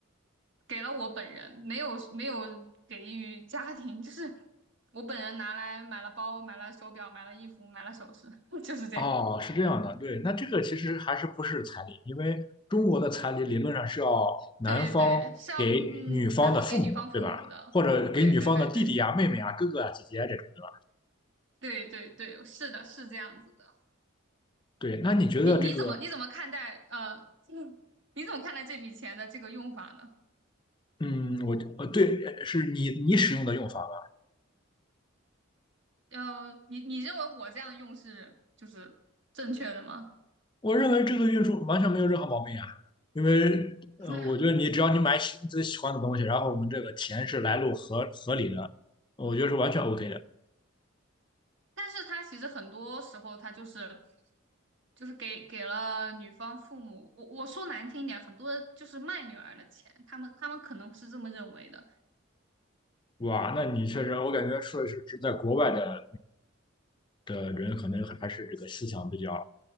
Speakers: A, on the right; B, on the left.
A: 给了我本人，没有没有给予家庭，就是我本人拿来买了包，买了手表，买了衣服，买了首饰，<laughs> 就是这样。
B: 哦，是这样的，对，那这个其实还是不是彩礼，因为中国的彩礼理论上是要男方给女方的父母，
A: 对对，像嗯男方给女方父母的。
B: 对吧？或者给女方的弟弟呀、
A: 对对对对。
B: 妹妹啊、哥哥啊、姐姐啊这种的。
A: 对对对，是的，是这样子的。
B: 对，那你觉得这个，
A: 你你怎么你怎么看待呃，嗯你怎么看待这笔钱的这个用法呢？
B: 嗯，我呃，对，是你你使用的用法吗。
A: 呃，你你认为我这样用是就是正确的吗？
B: 我认为这个运输完全没有任何毛病啊，因为，
A: <laughs>
B: 嗯、我觉得你只要你买喜自己喜欢的东西，然后我们这个钱是来路合合理的，我觉得是完全 OK 的。
A: 但是他其实很多时候他就是就是给给了女方父母，我我说难听一点，很多就是卖女儿的钱，他们他们可能是这么认为的。
B: 哇，那你确实，我感觉说是是在国外的的人，可能还是这个思想比较，